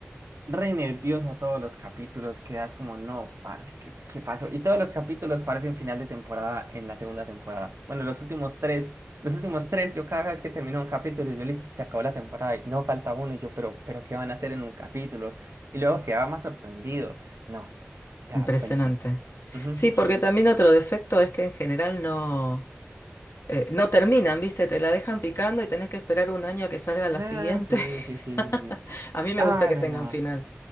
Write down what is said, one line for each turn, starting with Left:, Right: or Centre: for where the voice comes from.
Right: re nerviosa todos los capítulos, quedas como, no, parce, ¿qué, qué pasó? Y todos los capítulos parecen final de temporada en la segunda temporada. Bueno, los últimos tres, los últimos tres, yo cada vez que termino un capítulo, yo listo, se acabó la temporada y no falta uno, y yo, pero, pero, ¿qué van a hacer en un capítulo? Y luego quedaba más sorprendido. No, o sea,
Left: Impresionante.
Right: buenísimo. Ujú.
Left: Sí, porque también otro defecto es que en general no... eh, no terminan, ¿viste? Te la dejan picando y tenés que esperar un año a que salga la
Right: Ah,
Left: siguiente.
Right: sí,
Left: <laughs>
Right: sí, sí, sí. sí.
Left: A mí me
Right: Ah,
Left: gusta que
Right: no,
Left: tengan
Right: no.
Left: final.